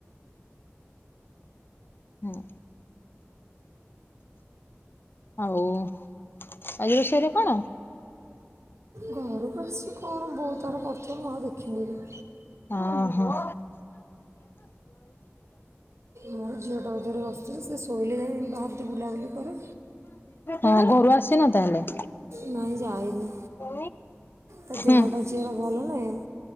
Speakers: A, on the left (about 50°); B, on the right (about 75°).
A: ହୁଁ। ଆଉ ଆଜି ରୋଷେଇରେ କଣ?
B: ଘରୁକୁ ଆସିଚି କଣ ବୋଉ ତାର କରୁଥୁବ ମୁଁ ଆଉ ଦେଖିଲିନି।
A: ହଁ ହଁ।
B: ମୋର ଝିଅଟାକୁ ଧରିକି ବସିଥିବି ସେ ଶୋଇଲେ ଯାଇଁ ବାହାରେ ଟିକେ ବୁଲାବୁଲି କରେ।
A: ହଁ ଘରୁ ଆସିନ ତାହେଲେ?
B: ନାଇଁ ଯାଇନି।
A: ହୁଁ
B: ତା ଦେହଟା
A: ହୁଁ।
B: ଝିଅର ଭଲ ନାହିଁ